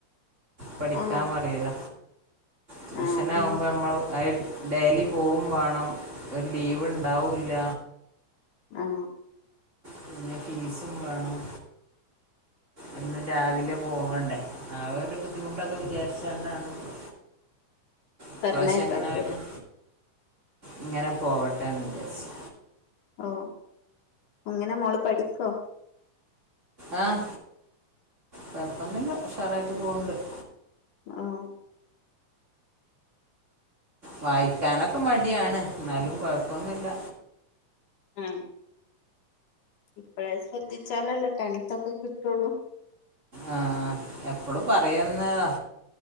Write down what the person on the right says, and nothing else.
പഠിക്കാൻ
പറയില ട്യൂഷന
ആകുമ്പോ
നമ്മള് ഡെലി പോവും വേണം ഒരു ലീവ് ഉണ്ടാവില്ല
പിന്നെ ഫീസും വേണം ഒന്നും രാവിലെ പോവണ്ടേ അവടെ ബുദ്ധിമുട്ടൊക്കെ വിചാരിച്ചാണ്ടാണ് ഇപ്പൊ ഇപ്രാവശ്യം
എങ്ങനെയായാലും ഇങ്ങനെ പോവട്ടെ എന്ന് വിചാരിച്ചു
ആഹ പപ്പന്നല്ല ഷറായിട്ട് പോവണ്ട് <unintelligible>
വായിക്കാനൊക്കെ മടിയാണ് എന്നാലും കൊഴപ്പൊന്നുമില്ല
ആഹ് എപ്പളും പറയുന്നതാ